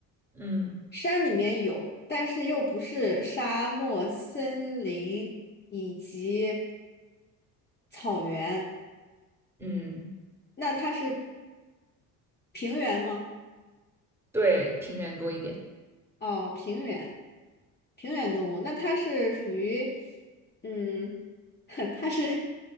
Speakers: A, in the centre; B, on the left.
A: 嗯
B: 山里面有，但是又不是沙漠、森林以及草原。
A: 嗯，
B: 那它是平原吗？
A: 对，平原多一点。
B: 哦，平原，平原动物。那它是属于，嗯，<laughs> 它是